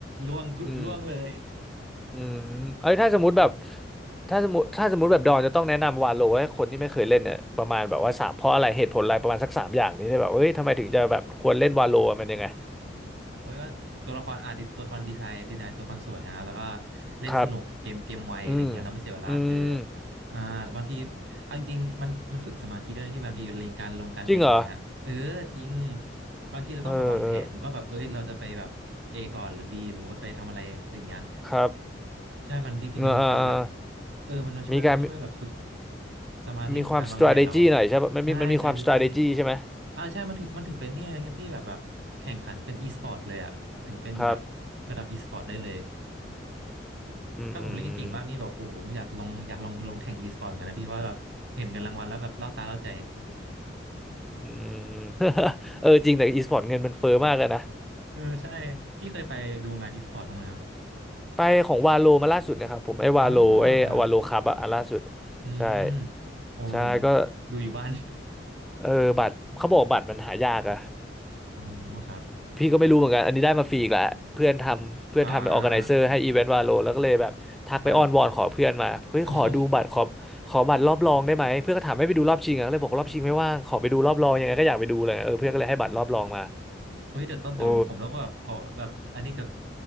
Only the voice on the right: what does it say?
ล่วงล่วงเลย
โอ้ยก็ตัวละครอ่ะดิตัวละครดีไซน์ดีไซน์ตัวละครสวยนะครับแล้วก็เล่นสนุกเกมเกมไวอะไรเงี้ยเราไม่เสียเวลาคือ
อ่าบางทีเอาจริงๆมันมันฝึกสมาธิด้วยนะที่บางทีเลงการลงการเลงอย่างเงี้ยเออจริง
บางทีเราต้องแบบวางแผนว่าแบบเอ้ยเราจะไปแบบ
A ก่อนหรือ B หรือว่าไปทำอะไรอะไรอย่างเงี้ย
ใช่มันจริงๆมันมีความแบบ
เออมันมาช่วยมาช่วยแบบฝึก
สมาธิฝึกการวางแผนเรา
ใช่สวัสดีจี้
อ่าใช่มันถึงมันถึงเป็นเนี่ยไงพี่แบบแบบแข่งขันเป็นอีสปอร์ตเลยอ่ะถึงเป็นแบบระดับอีสปอร์ตได้เลย
ถ้าผมเล่นเก่งๆมากนี่แบบโอ้โหอยากลงอยากลองลงแข่งอีสปอร์ตเหมือนกันนะพี่เพราะว่าแบบเห็นเงินรางวัลแล้วแบบล่อตาล่อใจ
เออใช่พี่เคยไปดูงานอีสปอร์ตบ้างไหมครับ
อ๋อเหรอครับอืม
โอ้ผม
ดูอยู่บ้าน
<laughs> โอ้ครับ
อ่าครับโอ้ เฮ้ยเดี๋ยวต้องเดี๋ยวผมต้องแบบขอแบบอันนี้กับ